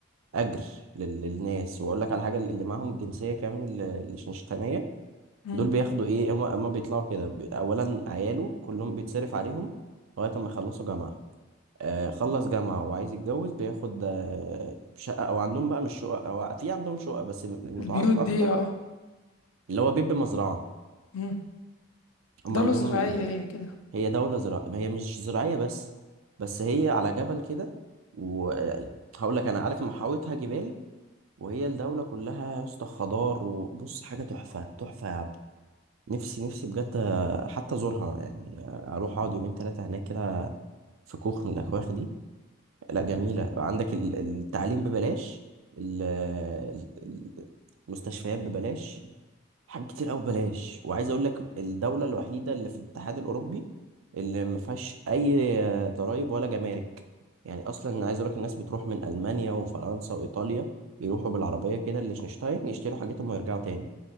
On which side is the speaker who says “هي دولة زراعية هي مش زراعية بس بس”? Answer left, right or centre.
Right